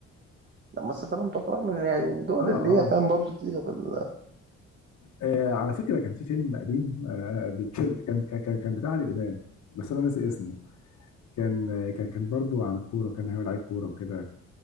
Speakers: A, on the right; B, on the left.
A: لا، مصر طبعا تعتبر من يعني الدول
B: اه
A: اللي
B: اه
A: هي فاهم برضو تقيله بال...
B: آه على فكره كان في فيلم قديم آه بيتكلم كان كان كان كان بتاع عادل امام بس انا ناسي اسمه كان آه، كان كان برضه عن الكوره وكان هو لعيب كوره وكده